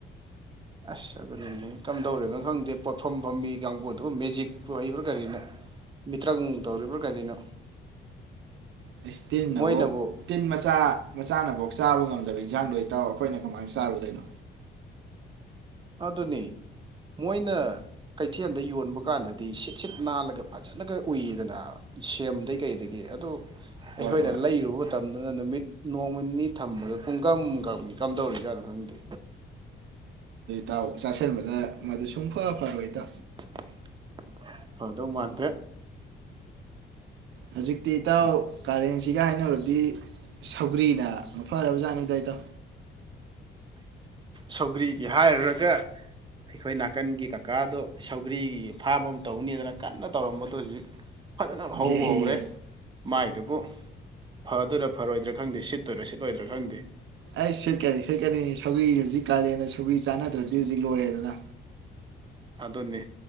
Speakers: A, on the right; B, on the right.
A: ꯑꯁ ꯑꯗꯨꯅꯤꯅꯦ ꯀꯝꯗꯧꯔꯤꯅꯣ ꯈꯪꯗꯦ ꯄꯣꯠꯐꯝ ꯐꯝꯕꯤ ꯀꯥꯡꯕꯨꯗꯨꯕꯨ ꯃꯦꯖꯤꯛꯄꯨ ꯍꯩꯕ꯭ꯔꯥ ꯀꯔꯤꯅꯣ ꯃꯤꯇ꯭ꯔꯪ ꯇꯧꯔꯤꯕ꯭ꯔꯥ ꯀꯔꯤꯅꯣ꯫
B: ꯑꯩꯁ ꯇꯤꯟꯅꯐꯧ
A: ꯃꯣꯏꯅꯕꯨ
B: ꯇꯤꯟ ꯃꯆꯥ ꯃꯆꯥꯅꯐꯧ ꯆꯥꯕ ꯉꯝꯗꯕ ꯏꯟꯁꯥꯡꯗꯣ ꯏꯇꯥꯎ ꯑꯩꯈꯣꯏꯅ ꯀꯃꯥꯏꯅ ꯆꯥꯔꯨꯗꯣꯏꯅꯣ꯫
A: ꯑꯗꯨꯅꯤ ꯃꯣꯏꯅ ꯀꯩꯊꯦꯜꯗ ꯌꯣꯟꯕ ꯀꯥꯟꯗꯗꯤ ꯁꯤꯠ ꯁꯤꯠ ꯅꯥꯜꯂꯒ ꯐꯖꯅꯒ ꯎꯏꯗꯅ ꯁꯦꯝꯗ ꯀꯩꯗꯒꯤ ꯑꯗꯨ ꯑꯩꯈꯣꯏꯅ
B: ꯍꯣꯏ ꯍꯣꯏ
A: ꯂꯩꯔꯨꯕ ꯃꯇꯝ ꯝꯗꯅ ꯅꯨꯃꯤꯠ ꯅꯣꯡꯃꯅꯤꯅꯤ ꯊꯝꯕꯗꯣ ꯄꯨꯡ ꯀꯔꯝꯛ ꯀꯔꯝꯗꯧꯔꯤꯖꯥꯠꯅꯣ ꯈꯪꯗꯦ꯫
B: ꯇꯥꯎ ꯆꯥꯁꯤꯟꯕꯗ ꯃꯗꯨ ꯁꯨꯡꯐ ꯐꯔꯣꯏꯗ꯫
A: <unintelligible> ꯐꯗꯧ ꯃꯥꯟꯗꯦ
B: ꯍꯧꯖꯤꯛꯇꯤ ꯏꯇꯥꯎ ꯀꯥꯂꯦꯟꯁꯤꯒ ꯍꯥꯏꯅꯔꯗꯤ ꯁꯧꯒ꯭ꯔꯤꯅ ꯃꯐꯔꯕ ꯖꯥꯠꯅꯤꯗ ꯏꯇꯥꯎ
A: ꯁꯧꯒ꯭ꯔꯤꯒꯤ ꯍꯥꯏꯔꯨꯔꯒ ꯑꯩꯈꯣꯏ ꯅꯥꯀꯟꯒꯤ ꯀꯀꯥꯗꯣ ꯁꯧꯒ꯭ꯔꯤꯒꯤ ꯐꯥꯝ ꯑꯃ ꯇꯧꯅꯤꯗꯅ ꯀꯟꯅ ꯇꯧꯔꯝꯕꯗꯣ ꯍꯧꯖꯤꯛ ꯐꯖꯅ ꯍꯧꯕ
B: ꯌꯦ
A: ꯍꯧꯔꯦ
B: ꯌꯦ
A: ꯃꯥꯏꯗꯨꯕꯨ ꯐꯗꯨꯔꯥ ꯐꯔꯣꯏꯗ꯭ꯔꯥ ꯈꯪꯗꯦ ꯁꯤꯠꯇꯣꯏꯔꯥ ꯁꯤꯠꯂꯣꯏꯗ꯭ꯔꯥ ꯈꯪꯗꯦ
B: ꯑꯩꯁ ꯁꯤꯠꯀꯅꯤ-ꯁꯤꯠꯀꯅꯤ ꯁꯧꯒ꯭ꯔꯤ ꯍꯧꯖꯤꯛ ꯀꯥꯂꯦꯅ ꯁꯧꯒꯔꯤ ꯆꯥꯟꯅꯗ꯭ꯔꯗꯤ ꯍꯧꯖꯤꯛ ꯂꯣꯏꯔꯦꯗꯅ
A: ꯑꯗꯨꯅꯦ